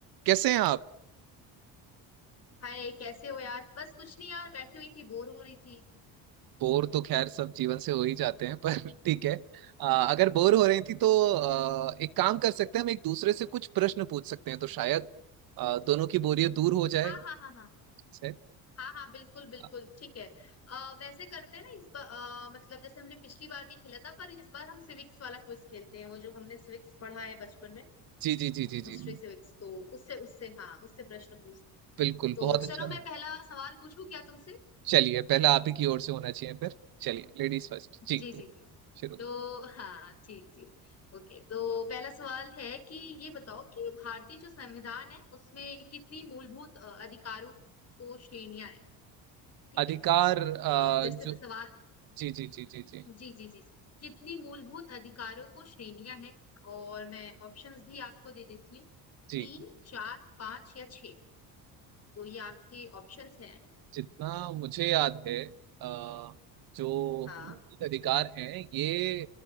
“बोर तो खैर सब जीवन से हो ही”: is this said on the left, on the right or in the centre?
Right